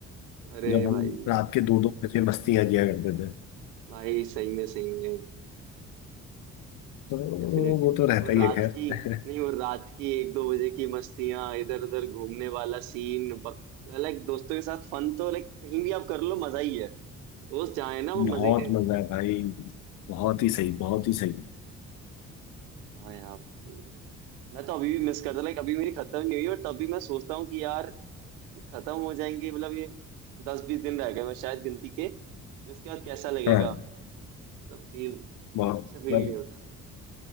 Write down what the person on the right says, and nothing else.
अरे
भाई
भाई सही में सही में
डेफिनेटली
और
रात
की नहीं और
रात की एक दो बजे की मस्तियां इधर उधर घूमने वाला सीन लाइक दोस्तों के साथ फन तो लाइक कहीं भी आप कर लो मजा ही है दोस्त जहाँ है ना वो
मजे हैं
हाँ यार भाई like, मैं तो अभी भी मिस करता लाइक अभी मेरी खत्म नहीं हुई और तब भी मैं सोचता हूँ कि यार ये खत्म हो जाएंगे मतलब ये दस बीस दिन रह गए मैं शायद गिनती के फिर उसके बाद कैसा लगेगा
मतलब फील
अच्छा फील
नहीं होता